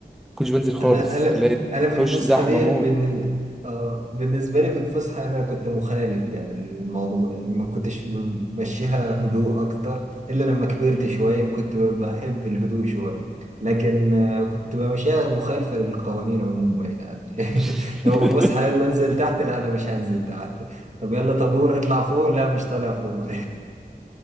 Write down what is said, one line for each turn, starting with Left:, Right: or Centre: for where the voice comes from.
Centre: كنتش بنزل خالص
Right: انا انا
Centre: الاقي
Right: انا
Centre: الحوش
Right: في الفسحه
Centre: زحمه
Right: ديت
Centre: موت
Right: بالن... آه بالنسبه لي في الفسحه انا كنت مخالف يعني الموضوع يعني ما كنتش م- ممشيها هدوء اكتر الا لما كبرت
Centre: مم.
Right: شويه كنت ب- بحب الهدوء شويه لكن آه كنت بمشيها مخالفه للقوانين عموما يعني
Centre: <laughs>
Right: <laughs> لو في فسحه يلا انزل تحت لا انا مش هنزل تحت طب يلا طابور اطلع فوق لا مش طالع فوق